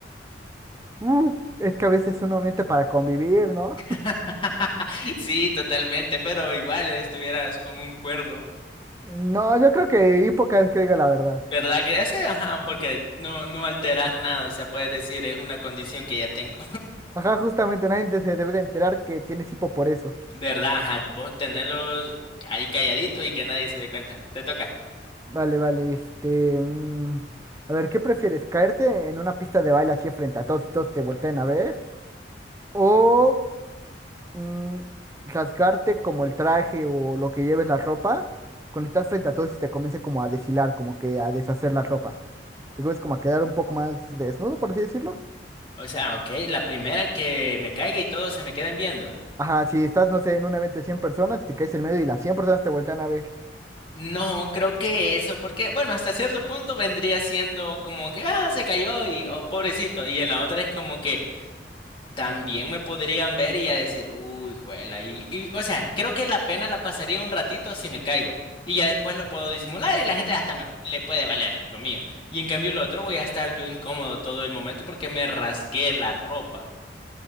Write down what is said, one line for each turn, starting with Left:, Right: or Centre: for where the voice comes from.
Right: uf, Es que a veces uno miente para convivir, ¿no?
Left: <laughs> Sí, totalmente, pero igual estuvieras con un cuerno,
Right: No, yo creo que hipo cada vez que diga la verdad.
Left: ¿verdad? Que ya sé, ajá, porque no, no alteras nada, o sea, puedes decir, es una condición que ya tengo,
Right: Ajá, justamente nadie te- se debe de enterar que tienes hipo por eso.
Left: <laughs> ¿verdad? Ajá, vos tenerlos ahí calladito y que nadie se dé cuenta, te toca.
Right: Vale, vale, este... mm, a ver, ¿qué prefieres? ¿Caerte en una pista de baile así frente a todos y todos te volteen a ver? ¿O mm, rasgarte como el traje o lo que lleves la ropa cuando estás frente a todos y te comience como a deshilar, como que a deshacer la ropa? ¿Te comienzas como a quedar un poco más desnudo, por así decirlo?
Left: O sea, ok, la primera que me caiga y todos se me queden viendo.
Right: Ajá, si estás, no sé, en un evento de 100 personas, te caes en medio y las 100 personas te voltean a ver.
Left: No, creo que eso, porque bueno, hasta cierto punto vendría siendo como que, ah, se cayó y, oh, pobrecito, y en la otra es como que... también me podrían ver y ya decir, uy, juela, y, y, o sea, creo que la pena la pasaría un ratito si me caigo y ya después lo puedo disimular y la gente hasta me le puede valer lo mío. Y en cambio el otro voy a estar yo incómodo todo el momento porque me rasgué la ropa.